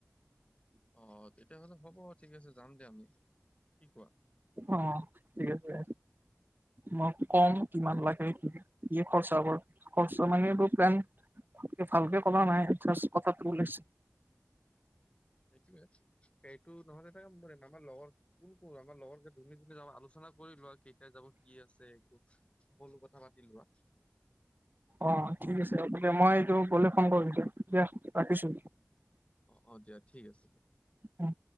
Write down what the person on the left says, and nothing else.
অঁ' তেতিয়াহ'লে হ'ব ঠিক আছে যাম দে আমি, কি কোৱা?
সেইটোৱে, এইটো নহলে তাই আমাৰ লগৰ- কোন কোন আমাৰ লগৰ যে যোনে যোনে যাব আলোচনা কৰি লয় কেইটা যাব কি আছে একো- সকলো কথা পাতি লোৱা।
অঁ, অঁ, দিয়া ঠিক আছে দিয়া।